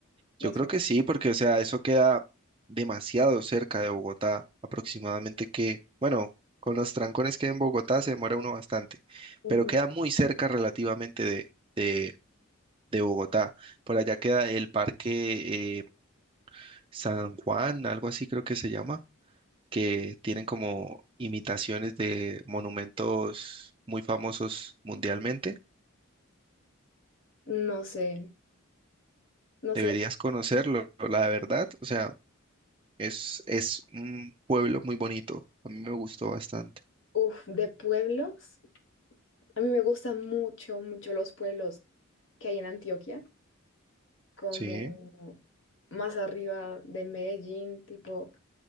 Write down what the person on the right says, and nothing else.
Yo
creo
que sí, porque, o sea, eso queda demasiado cerca de Bogotá, aproximadamente que, bueno, con los trancones que hay en Bogotá se demora uno bastante,
pero queda muy cerca relativamente de, de, de Bogotá. Por allá queda el Parque eh, San Juan, algo así creo que se llama, que tienen como imitaciones de monumentos muy famosos mundialmente.
Deberías
conocerlo, la verdad, o sea. Es, es un pueblo muy bonito. A mí me gustó bastante.
Sí.